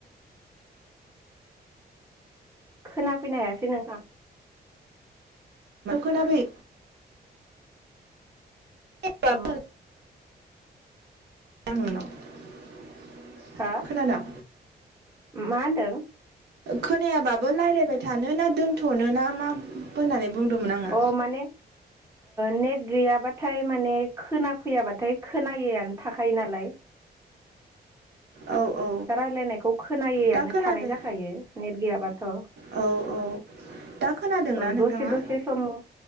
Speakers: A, on the right; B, on the right.
A: खोनाफैनो हायासै नोंथां
B: खोनाफै <unintelligible> <unintelligible>
A: अ हा
B: खोनादों
A: मा होनदों
B: खोनायाबाबो रायलायबाय थानो ना दोनथ'नो ना मा होननानै बुंदोंमोन आङो
A: अ माने नेट गैयाबाथाय माने खोना फैयाबाथाय खोनायैआनो थाखायो नालाय
B: औ औ
A: रायलायनायखौ खोनायैआनो
B: दा खोनादों
A: थानाय जाखायो नेट गैयाब्ला थ
B: औ औ दा खोनादोंना
A: औ
B: नोंथाङा
A: दसे दसे समा